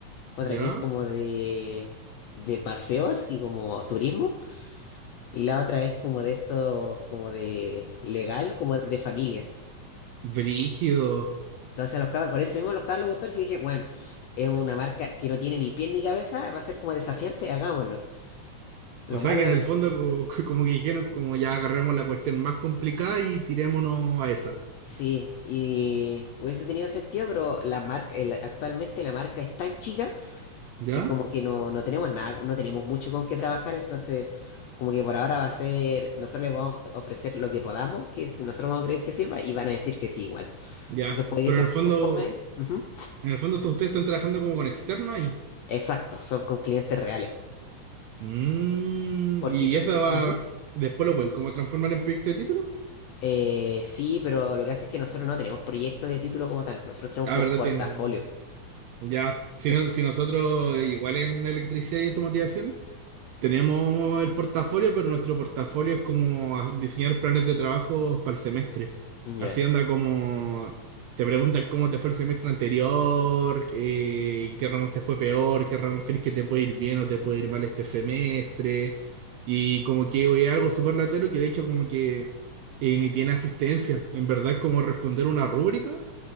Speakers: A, on the left; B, on the right.
A: otra
B: Ya,
A: que es como de, de paseos y como turismo, y la otra es como de esto, como de legal, como de familia.
B: brígido.
A: Entonces a los cabros, por eso mismo a los Carlos Guttor que dije, bueno, es una marca que no tiene ni pies ni cabeza, va a ser como desafiante, hagámoslo. Lo
B: O sea
A: malo,
B: que en el fondo co- co- como que dijeron, como ya agarremos la cuestión más complicada y tirémonos a esa.
A: sí, y hubiese tenido sentido, pero la marca, el- actualmente la marca es tan chica
B: ¿Ya?
A: que como que no, no tenemos nada, no tenemos mucho con qué trabajar, entonces como que por ahora va a ser, nosotros les vamos a ofrecer lo que podamos, que nosotros vamos a creer que sirva y van a decir que sí igual.
B: Ya.
A: Entonces puede que
B: Pero
A: sea
B: en el
A: un
B: fondo,
A: poco fome. Ujú.
B: en el fondo to- ustedes están trabajando como con externo ahí.
A: Exacto, son con clientes reales.
B: Mm,
A: Porque
B: y
A: su-
B: esa
A: su-
B: va,
A: ujú.
B: después lo pueden como transformar en proyecto de título.
A: Eh, sí, pero lo que hace es que nosotros no tenemos proyectos de título como tal, nosotros tenemos
B: Ah,
A: como
B: ¿verdad?
A: portafolio.
B: Tienen, ya, si,
A: En-
B: no- si nosotros eh, igual en electricidad y automatización. Tenemos el portafolio, pero nuestro portafolio es como a- diseñar planes de trabajo para el semestre.
A: Ya.
B: Así anda como te preguntan cómo te fue el semestre anterior, eh, en qué ramos te fue peor, qué ramos crees que te puede ir bien o te puede ir mal este semestre. Y como que es algo súper latero que de hecho como que eh, ni tiene asistencia. En verdad como responder una rúbrica